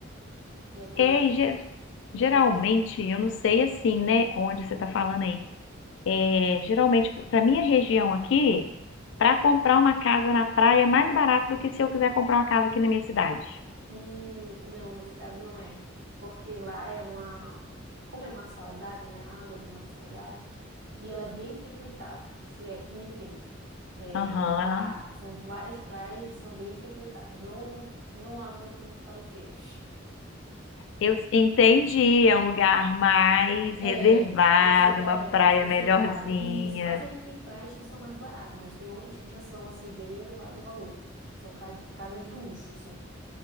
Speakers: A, on the right; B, on the left.
A: que é quando
B: É,
A: a,
B: e ge- geralmente,
A: Uhum.
B: eu não sei assim, né? Onde você tá falando aí. É, geralmente, para minha região aqui, para comprar uma casa na praia é mais barato do que se eu quiser comprar uma casa aqui na minha cidade.
A: Hum, não, nesse caso não é. Porque lá é uma. Como é mar salgado, né? A Água de mar salgado. E ela é bem frequentada, se é que tu me entende. É,
B: Aham.
A: lá são várias praias e são bem frequentadas. Não, não há muito farofeiros.
B: Eu entendi, é um lugar mais reservado,
A: É, conce- é
B: uma praia
A: mais conceituada.
B: melhorzinha.
A: Isso, mas aí tem praias que são mais baratas, mas tem outras que já são, assim, bem elevado o valor. São cas- casas de luxo, assim.